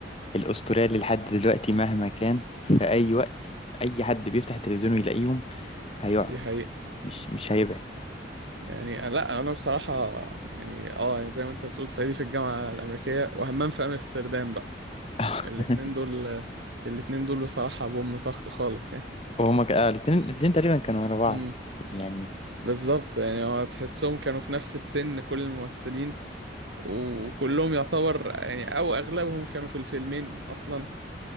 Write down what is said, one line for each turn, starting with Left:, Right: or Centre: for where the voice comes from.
Left: الأسترالي لحد دلوقتي مهما كان في أي وقت أي حد بيفتح التلفزيون ويلاقيهم هيقعد
Right: دي حقيقة
Left: مش مش هيبعد
Right: يعني آه، لا انا بصراحة يعني اه يعني زي ما انت بتقول صعيدي في الجامعة الامريكية وهمام في امستردام بقى
Left: <laughs>
Right: الاتنين دول الاتنين دول بصراحة بوم طخ خالص يعني
Left: وهما ك- آه، الاتنين الاتنين تقريبا كانوا ورا بعض
Right: امم
Left: يعني
Right: بالظبط يعني هو تحسهم كانوا في نفس السن كل الممثلين وكلهم يعتبر يعني او اغلبهم كانوا في الفيلمين اصلا